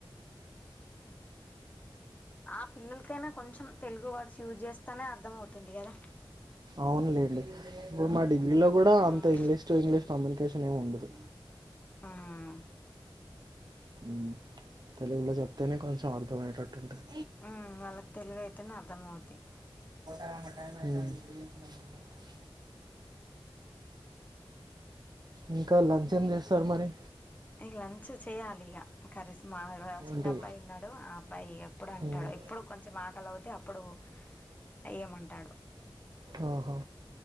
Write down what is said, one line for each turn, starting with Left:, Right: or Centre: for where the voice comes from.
Left: అ ఆ పిల్లలకైనా కొంచెం తెలుగు వర్డ్స్ యూజ్ చేస్తానే అర్థం అవుతుంది కదా
Right: అవునులేండి ఇప్పుడు మా డిగ్రీ లో కూడా
Left: మ్మ్
Right: అంత ఇంగ్లీష్ టు ఇంగ్లీష్ కమ్యూనికేషన్ ఏమి ఉండదు
Left: మ్మ్
Right: ఉమ్ తెలుగుళ్లో చెప్తేనే కొంచెం అర్థమయ్యేటట్టు ఉంటది
Left: ఊమ్ వాళ్ళకి తెలుగు అయితేనే అర్థమవుది
Right: ఊమ్ ఇంక లంచ్ ఏం చేస్తారు మరి
Left: ఇక లంచ్ చేయ్యాలి ఇక కరీస్ మా చిన్న
Right: అంటే
Left: అబ్బాయి ఉన్నాడు ఆ అబ్బాయి ఎప్పుడు అంటాడు
Right: మ్మ్.
Left: ఎప్పుడు కొంచెం ఆకలి అవుతే అప్పుడు ఎయ్యమంటాడు
Right: ఆహ